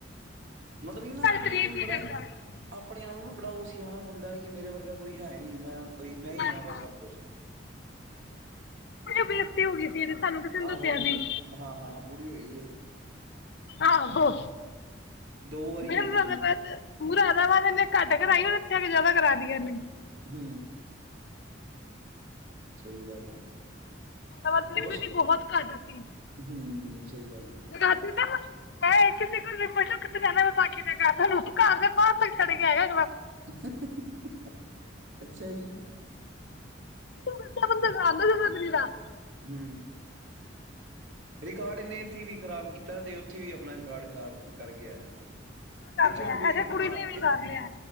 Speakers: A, on the right; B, on the left.
A: ਮਤਲਬ ਹੀ ਨਾ
B: ਸਾਡੀ
A: ਆਪਣੇ
B: ਤਾਰੀਫ਼
A: ਆਪ ਨੂੰ
B: ਹੀ
A: ਬੜਾ
B: ਕਰਦਾ ਨਾ
A: ਆਪਣੇ ਆਪ ਨੂੰ ਨਾ ਬੜਾ ਔ ਸਿਆਣਾ ਸਮਝਦਾ ਹੈ ਕਿ ਮੇਰੇ ਵਰਗਾ ਕੋਈ ਹੈ ਨੀ ਮੈਂ ਬਈ ਮੈਂ ਹੀ ਹ
B: ਨਾ
A: ਬਸ ਸਭ ਕੁਛ
B: ਬੇਜ਼ਤੀ ਹੋ ਗਈ ਤੇ ਸਾਨੂੰ ਤੁਸੀ ਦਸਿਆਂ
A: ਆਹੋ ਬੁ
B: ਸੀ
A: ਹਾਂ-ਹਾਂ ਬੁੜੀ ਹੋਈ ਸੀ ਇੱਕ
B: ਆਹੋ
A: ਦੋ ਵਾਰੀ
B: ਮੈਂ
A: ਹੋਈ
B: ਮੁਰਾਦਾਬਾਦ
A: ਹੈ ਇਹਦੀ
B: ਮੁਰਾਦਾਬਾਦ ਐਨੇ ਘੱਟ ਕਰਾਈ, ਇੱਥੇ ਆਕੇ ਜਿਆਦਾ ਕਰਾ ਦੀਆਂ ਨੇ।
A: ਹੂ ਸਹੀ ਗੱਲ ਆ।
B: ਹਵਾ, ਫਿਰ
A: ਹੋਰ
B: ਵੀ ਤੇ ਬਹੁਤ ਘੱਟ ਸੀ,
A: ਹੂੰ ਸਹੀ ਗੱਲ ਆ
B: ਜ ਰਾ ਤੇ ਮੁਸ਼ <unintelligible> ਮੈਂ ਕਿਸੇ ਕੋ ਵੀ ਪੁਛਲੋ ਕਿਥੇ ਜਾਣਾ ਹੈ, ਵਿਸਾਖੀ ਤੇ ਘਰ, ਤੁਹਾਨੂੰ ਘਰ ਦੇ ਬਾਹਰ ਤੱਕ ਛੱਡ ਕੇ ਆਇਆ।
A: <inaudible> ਅੱਛਾ ਜੀ
B: ਤੂੰ ਮੈਨੂੰ ਪਵਨ ਦੇ ਘਰ ਨਹੀਂ ਦਸ ਸਕਦਾ
A: ਹੂ, ਰਿਕਾਰਡ ਇਹਨੇ ਇੱਥੇ ਵੀ ਖ਼ਰਾਬ ਕੀਤਾ ਤੇ, ਉੱਥੇ ਵੀ ਆਪਣਾ ਰਿਕਾਰਡ ਖ਼ਰਾਬ ਕਰਕੇ ਆਇਆ।
B: ਕਰ
A: ਇੱਥੇ
B: ਲਿਆ
A: ਹੁਣ ਕੋਈ
B: ਇਹਦੇ
A: ਹਾਂ
B: ਕੁੜੀ ਨੇ ਵੀ ਕਰ ਲਿਆ